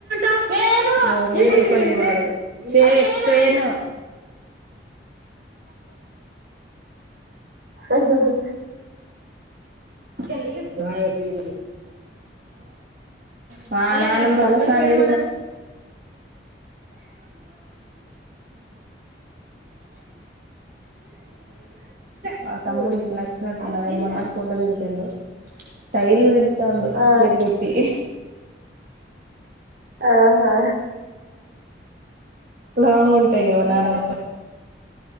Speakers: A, on the right; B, on the right.
A: నడిపోయిన వాడు చేప్పును <inaudible>
B: ఆహాహా
A: <inaudible> వాన ఇద మా నానమ్మ చేయరు మా తముడి వచ్చినట్టు ఏమన్నా ఫోటో దింపిండు టైల్ దింపుతాండు
B: ఆ
A: క్లిప్ పెట్టి
B: ఆహా
A: లాంగ్ ఉంటాయి కవా నానమ్మ